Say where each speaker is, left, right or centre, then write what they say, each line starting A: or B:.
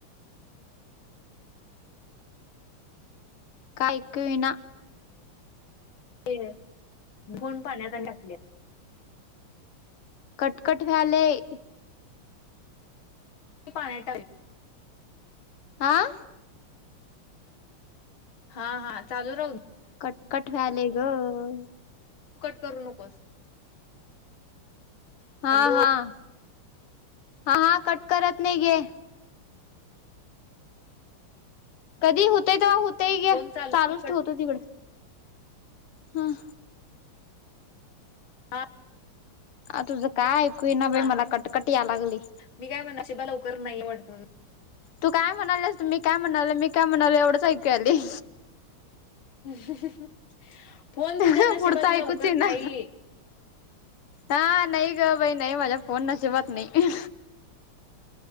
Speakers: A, on the left; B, on the left.
A: काय एकु येईना.
B: हे फोन पाण्यात आणि टाकल्या.
A: कटकट व्हालंय.
B: ते पाण्या टाकल्या.
A: आ
B: हा हा चालू राहु
A: कटकट व्हालय गं.
B: तु कट करू नकोस.
A: हां-हां,
B: हॅलो
A: हां-हां कट करत नाही घे. कधी होतंय तवा होतंय ते,
B: फोन चालू
A: चालूच
B: तू कट
A: ठेवतो तिकडं. हं
B: हा
A: अं तुझं काय ऐकू ना
B: हा
A: बाई मला कटकट यालागलय.
B: मी काय म्हणा नशिबा लवकर नाही वाटत म्हणून.
A: तू काय म्हणाल्यस? मी काय म्हणालोय? मी काय म्हणालोय एवढंच ऐकू यालंय.
B: <inaudible>
A: पुढचं
B: नशिबात
A: ऐकूच
B: लवकर
A: ईना.
B: नाही
A: हां नई गं बाई नई माज्या फोन नशिबात नई.